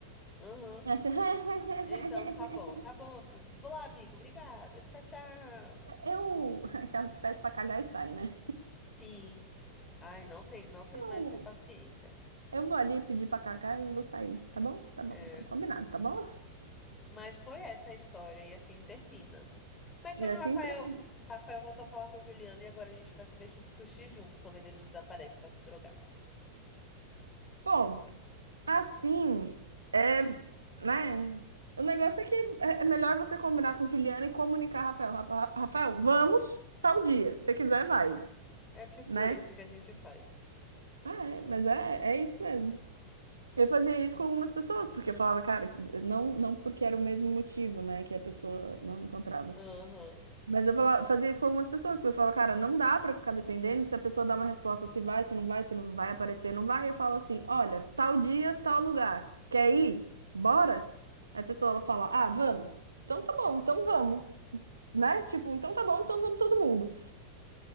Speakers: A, on the left; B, on the right.
A: aham.
B: É assim, <laughs>
A: Então tá bom, tá bom. Vou lá, amigo, obrigada. Tchau, tchau.
B: eu, aquela que pede pra cagar e sai, né?
A: Sim. Ai, não tem, não tenho
B: Eu,
A: mais essa paciência.
B: eu vou ali pedir pra cagar e vou sair, tá bom? Tá bom,
A: É.
B: então combinado, tá bom?
A: Mas foi essa a história, e assim termina. Mas
B: E
A: então, Rafael,
B: assim termina.
A: Rafael voltou a falar com o Juliano, e agora a gente vai comer sushi junto quando ele não desaparece pra se drogar.
B: Bom, assim, é, né? O negócio é que é é melhor você combinar com Juliana e comunicar, Rafael. Rafa- Rafael, vamos tal dia. Se você quiser, vai,
A: É tipo
B: né?
A: isso que a gente faz.
B: Ah, É, mas é, é isso mesmo. Eu fazia isso com algumas pessoas, porque eu falava, cara, não, não porque era o mesmo motivo, né, que a pessoa não encontrava.
A: Aham.
B: Mas eu falava, fazia isso com algumas pessoas, porque eu falava, cara, não dá pra ficar dependendo se a pessoa dá uma resposta, se vai, se não vai, se não vai aparecer, não vai. Eu falo assim, olha, tal dia, tal lugar, quer ir? Bora? Aí a pessoa ela fala, ah, vamos. Então tá bom, então vamos, né? Tipo, então tá bom, então vamos todo mundo.